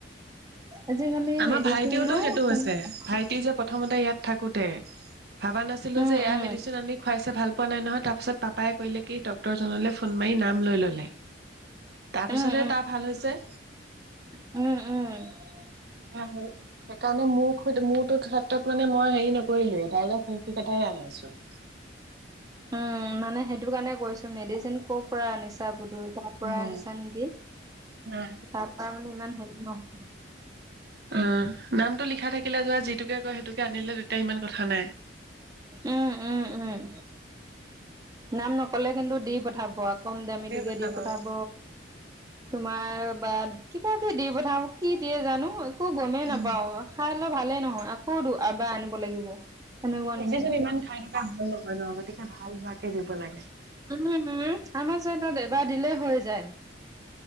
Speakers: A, on the right; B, on the right.
A: আজিকালি
B: আমাৰ
A: মেডিচিন
B: ভাইটিওতো
A: ন
B: সেইটো হৈছে
A: কেনেকুৱা
B: ভাইটি যে প্ৰথমতে ইয়াত থাকোতে ভাবা নাছিলো
A: উম
B: যে এয়া
A: উম
B: মেডিচিন আনি খুৱাইছে ভাল পোৱা নাই নহয় তাৰপিছত পাপাই কলে কি ত ডক্তৰ জনলৈ ফোন মাৰি নাম লৈ ললে তাৰপিছতহে
A: উম
B: তাৰ ভাল হৈছে
A: উম উম। উম।
B: এ হল সেইকাৰণে মোৰ খোদ মোৰ তোত ক্ষেত্ৰত মানে মই হেৰি নকৰিলেই ডাইৰেক্ট সে কেটাই আনি আছো।
A: উম মানে সেইটো কাৰণে কৈছো মেডিচিন কৰ পৰা আনিছা বুলি। তাৰ পৰা
B: উম,
A: আনিছা নিকি তাৰ
B: নাই
A: পৰা মানে ইমান হেৰি নহয়
B: অঁ নামটো লিখা থাকিলে যা যিটোকে কয় সেইটোকে আনিলে তেতিয়া ইমান কথা নাই
A: উম উম উম নাম নকলে কিন্তু দি পঠাব আক কম দামীটোকে
B: ধেৰ কথা
A: দি
B: বাৰু
A: পঠাব তোমাৰ বাদ কিবা কিব দি পঠাব কি দিয়ে জানো একো গমেই
B: উম।
A: নাপাও খাই লৈ ভালেই নহয় আকৌ এবাৰ আনিব লাগিব সেনুকা নিচিনা
B: মেডিচিন ইমান খাই থকা ভাল নহয় ন গতিকে ভাল হোৱাকে দিব লাগে
A: আমাৰ চাইটত এবাৰ দিলে হৈ যায়